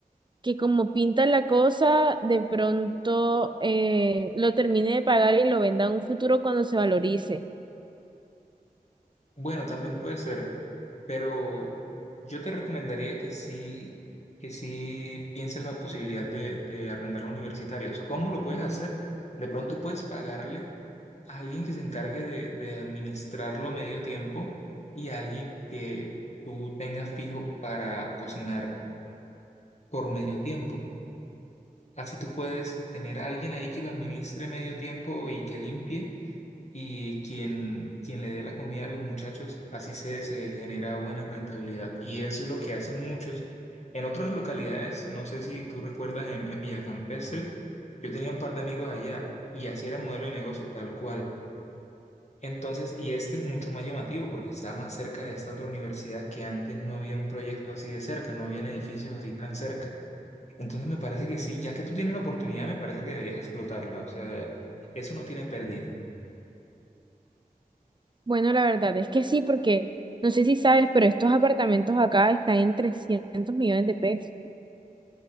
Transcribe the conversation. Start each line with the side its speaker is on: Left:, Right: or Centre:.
Right: que como pinta la cosa, de pronto eh, lo termine de pagar y lo venda en un futuro cuando se valorice.
Left: Bueno, también puede ser, pero yo te recomendaría que sí, que sí pienses la posibilidad de, de arrendarlo a universitarios. ¿Cómo lo puedes hacer? De pronto puedes pagarle a alguien que se encargue de, de administrarlo medio tiempo y a alguien que tú tengas fijo para cocinar por medio tiempo. Así tú puedes tener a alguien ahí que lo administre medio tiempo y que limpie y quien, quien le dé la comida a los muchachos, así se, se genera buena rentabilidad. Y eso es lo que hacen muchos. En otras localidades, no sé si tú recuerdas en, en Villa Campestre, yo tenía un par de amigos allá y así era modelo de negocio tal cual. Entonces, y este es mucho más llamativo porque está más cerca de esta otra universidad que antes no había un proyecto así de cerca, no habían edificios así tan cerca. Entonces me parece que sí, ya que tú tienes la oportunidad, me parece que deberías explotarla. O sea, eso no tiene pérdida.
Right: Bueno, la verdad es que sí, porque no sé si sabes, pero estos apartamentos acá están en trescientos millones de pesos.